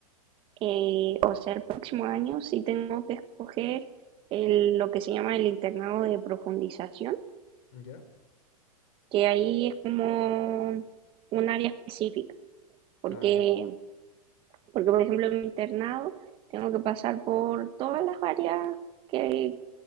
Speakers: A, on the right (about 30°); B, on the left (about 50°).
A: Eh, o sea, el próximo año sí tengo que escoger el- lo que se llama el internado de profundización,
B: ya.
A: que ahí es como un área específica, porque,
B: Ah, ya.
A: porque por ejemplo en mi internado tengo que pasar por todas las áreas que,